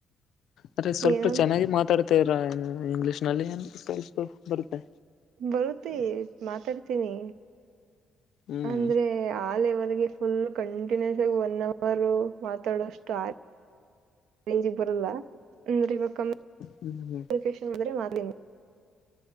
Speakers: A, on the left; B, on the right.
A: ಅದ್ರೆ ಸ್ವಲ್ಪ
B: ಏನೋ
A: ಚೆನ್ನಾಗಿ ಮಾತಾಡ್ ತೆರ ಏನು ಇಂಗ್ಲೀಷ್ನಲ್ಲಿ <unintelligible> ಬರುತ್ತೆ
B: ಬರುತ್ತೆ ಮಾತಾಡ್ತೀನಿ
A: ಹ್ಮ್
B: ಅಂದ್ರೆ ಆ ಲೆವೆಲ್ಗೆ ಫುಲ್ ಕಂಟಿನ್ಯೂಸ್ ಆಗಿ ಒನ್ ಅವರ್ ಮಾತಾಡೋಷ್ಟು ಆ ರಂಜಿಗೆ ಬರಲ್ಲ ಅಂದ್ರೆ ಇವಾಗ ಕಮ್ಯುನಿಕೇಷನ್
A: ಹ್ಮ್
B: ಬಂದ್ರೆ <unintelligible>